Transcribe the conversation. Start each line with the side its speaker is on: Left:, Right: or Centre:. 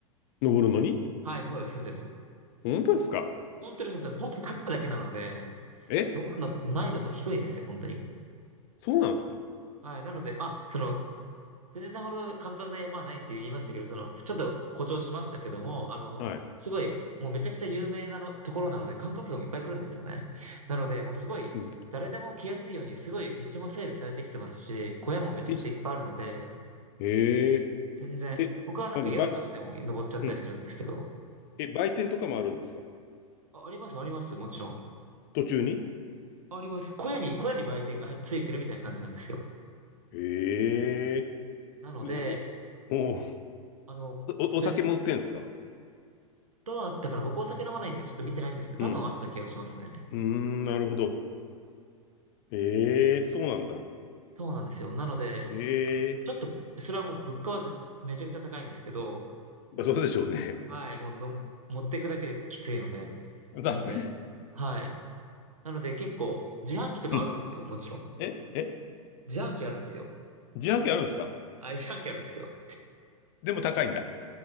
Left: 登るのに
Right: はい、そうです、そうです。
Left: 本当ですか
Right: 本当にそうです。本当に高いだけなので、
Left: え
Right: 登るの難易度低いんですよ、本当に。
Left: そうなんですか
Right: はい、なので、まあ、その、富士山ほど簡単な山はないって言いましたけど、その、ちょっと誇張しましたけども、あの、
Left: はい。
Right: すごい、もうめちゃくちゃ有名なの、ところなので、観光客もいっぱい来るんですよね。なので、もうすごい、
Left: うん。
Right: 誰でも来やすいように、すごい道も整備されてきてますし、小屋もめちゃくちゃいっぱいあるので、
Left: いへえ
Right: 全然、
Left: え、
Right: 僕はなんか宿なしでも登っちゃったりするんですけど、
Left: 何ば、うん。え、売店とかもあるんですか
Right: あ、あります、あります、もちろん。
Left: 途中に
Right: あります。小屋に、小屋に売店がついてるみたいな感じなんですよ。
Left: へえ。
Right: なので、
Left: でお、お、
Right: あの、
Left: お、お酒も売ってんすか
Right: それどうあったかな僕お酒飲まないんでちょっと見てないんですけど、
Left: うん。
Right: 多分あった気がしますね。
Left: うーん、なるほど。ええ、そうなんだ。
Right: そうなんですよ。なので、
Left: ええ。
Right: あのちょっと、それはもう物価はぜめちゃくちゃ高いんですけど、
Left: まあ、そうでしょうね。
Right: はい、もうの、持っていくだけできついので。
Left: <laughs>
Right: なので、
Left: 確かに。
Right: はい。なので結構、自販機とかあるんですよ、
Left: うん
Right: もちろん。
Left: え、え、
Right: 自販機あるんですよ。
Left: 自販機あるんですか
Right: はい、自販機あるんですよ。
Left: でも高いんだ。